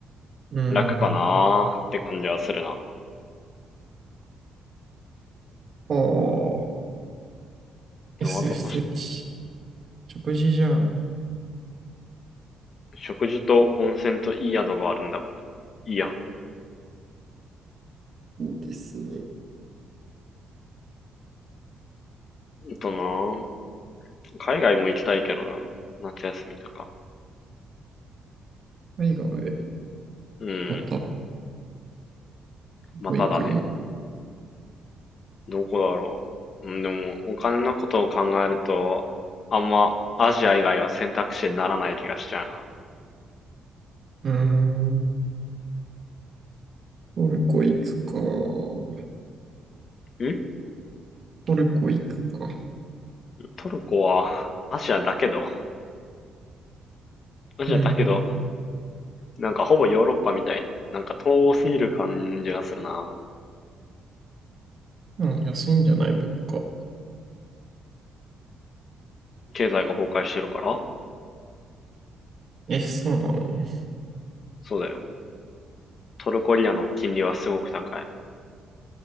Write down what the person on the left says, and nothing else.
楽かなーって感じはするな。
あと、
食事と温泉といい宿があるんだから、いいやん。
あとなー海外も行きたいけどな。夏休みとか。
うん、
まただね。
どこだろう。うん、でも、お金のことを考えると、あんま、アジア以外は選択肢にならない気がしちゃうな。
ん
トルコは、アジアだけど、アジアだけど、
なんかほぼヨーロッパみたいに、なんか遠すぎる感じがするな。
経済が崩壊してるから
そうだよ。トルコリアの金利はすごく高い。